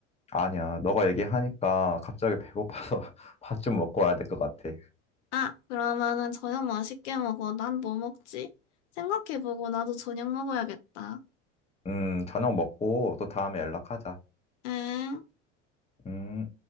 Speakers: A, on the left; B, on the left.
A: 아니야. 너가 얘기하니까 갑자기 배고파서 <laughs> 밥 좀 먹고 와야 될 것 같아.
B: 아, 그러면은 저녁 맛있게 먹어. 난 뭐 먹지? 생각해보고 나도 저녁 먹어야겠다.
A: 음, 저녁 먹고 또 다음에 연락하자.
B: 응.
A: 음.